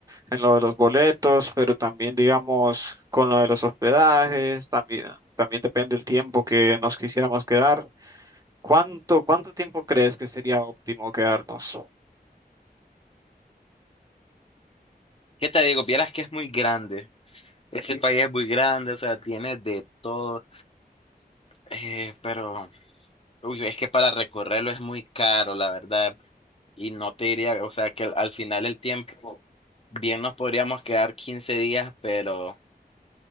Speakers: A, on the right; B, on the left.
A: en lo de los boletos, pero también, digamos, con lo de los hospedajes, también, también depende el tiempo que nos quisiéramos quedar. ¿Cuánto, cuánto tiempo crees que sería óptimo quedarnos?
B: ¿Qué te digo? Vieras que es muy grande, ese Sí. país es muy grande, o sea, tiene de todo, eh, pero uy, es que para recorrerlo es muy caro, la verdad, y no te diría, o sea, que al, al final el tiempo, bien nos podríamos quedar 15 días, pero...